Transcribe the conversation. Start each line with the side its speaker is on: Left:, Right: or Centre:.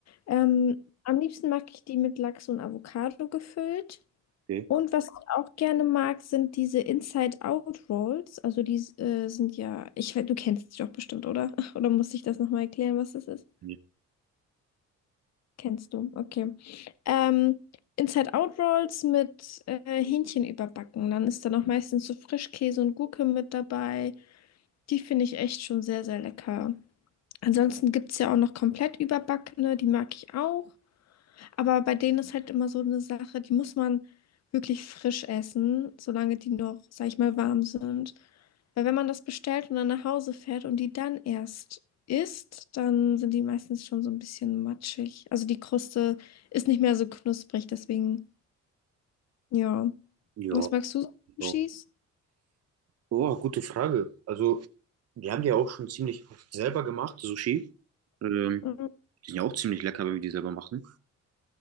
Left: Ähm, am liebsten mag ich die mit Lachs und Avocado gefüllt.
Right: Okay.
Left: Und was ich auch gerne mag, sind diese Inside-Out-Rolls. Also die äh, sind ja, ich, weiß, du kennst sie doch bestimmt, oder? <laughs> Oder muss ich das nochmal erklären, was das ist?
Right: Mhm.
Left: Kennst du, okay. Ähm, Inside-Out-Rolls mit äh, Hähnchen überbacken. Dann ist da noch meistens so Frischkäse und Gurke mit dabei. Die finde ich echt schon sehr, sehr lecker. Ansonsten gibt es ja auch noch komplett überbackene, die mag ich auch. Aber bei denen ist halt immer so eine Sache, die muss man wirklich frisch essen, solange die noch, sag ich mal, warm sind. Weil wenn man das bestellt und dann nach Hause fährt und die dann erst isst, dann sind die meistens schon so ein bisschen matschig. Also die Kruste ist nicht mehr so knusprig, deswegen, ja.
Right: Ja,
Left: Was magst du so an Sushis?
Right: ja. Oh, gute Frage. Also, wir haben die ja auch schon ziemlich oft selber gemacht, Sushi. Ähm,
Left: Mm,
Right: die sind ja auch ziemlich lecker, wenn wir die selber machen.